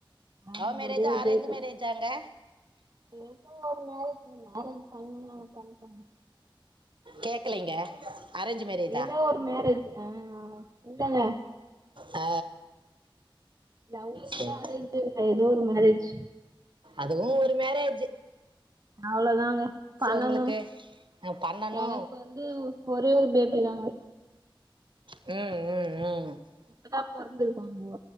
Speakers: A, on the right; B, on the right.
A: அவங்க
B: லவ் மேரேஜா?
A: ஒரே
B: அரேஞ்ச்
A: பேபி
B: மேரேஜாங்க?
A: ஏதோ ஒரு மேரேஜ், நீங்க மேரேஜ் பண்ணுனா பண்ணிகோங்க.
B: கேக்கலைங்க. அரேஞ்ச் மேரேஜா
A: ஏதோ ஒரு மேரேஜ், ஆ, ஆ இல்லங்க.
B: ஆ
A: லவ்வு இல்ல,
B: சரி
A: அரேஞ்ச்சு இல்ல, ஏதோ ஒரு மேரேஜ்.
B: அதுவு ஒரு மேரேஜ்ஜு
A: அவ்ளோதாங்க பண்ணணு
B: உங்களுக்கு ஆ பண்ணணு
A: எனக்கு வந் து ஒரே ஒரு பேபி தாங்க
B: ம் ம் ம்
A: இப்பதா பொறதுருகாங்கோ